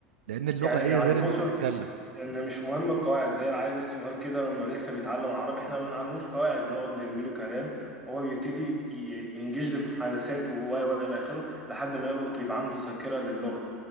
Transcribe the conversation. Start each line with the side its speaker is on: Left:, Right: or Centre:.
Right: لان اللغة
Centre: يعني
Right: ايه
Centre: يعني
Right: غير
Centre: تقصد
Right: ان انت تتكلم
Centre: ان مش مهم القواعد زي العيل الصغير كده لما لسه بيتعلم عربي احنا ما بنعلموش قواعد بنقعد نرمي له كلام وهو بيبتدي ي- ينجشد في محادثات و و و الى اخره لحد ما يلقط ويبقى عنده ذاكره للغه